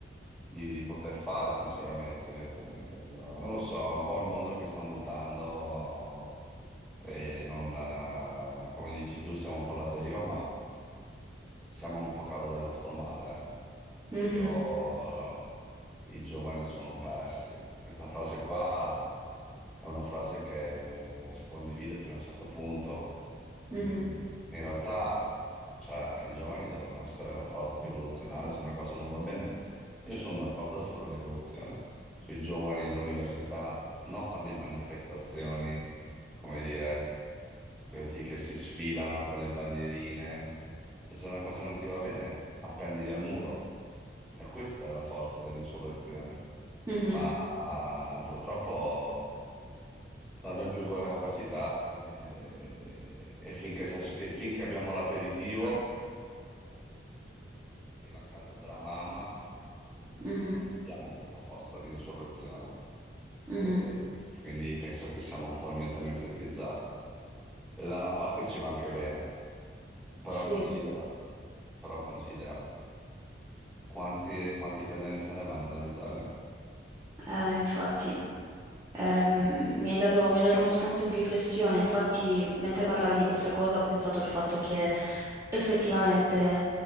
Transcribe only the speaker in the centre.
di, di poter fare, sinceramente. Eh, Non lo so, è un po' il mondo che sta mutando e non, eh, come dici tu, siamo un po' alla deriva, ma siamo un po' a causa del nostro male.
eh. Io, eh, i giovani sono persi. Questa frase qua è una frase che condivido fino a un certo punto.
Mm, In realtà, cioè, i giovani devono essere la forza rivoluzionaria, se una cosa non va bene, io sono d'accordo sulla rivoluzione, sui giovani, le università, non fare le manifestazioni come dire, così che si sfilano con le bandierine. Cioè, se una cosa non ti va bene, appendili al muro. E questa è la forza dell'insurrezione.
Ma ah, purtroppo non abbiamo più quella capacità eh, e, finché, e finché abbiamo l'aperitivo eh, e la casa della mamma, non
abbiamo questa forza di insurrezione.
Eh, quindi penso che siamo totalmente anestetizzati. E da una parte ci va anche bene, però
considera, però considera quanti, quanti italiani se ne vanno dall'Italia.
Mm.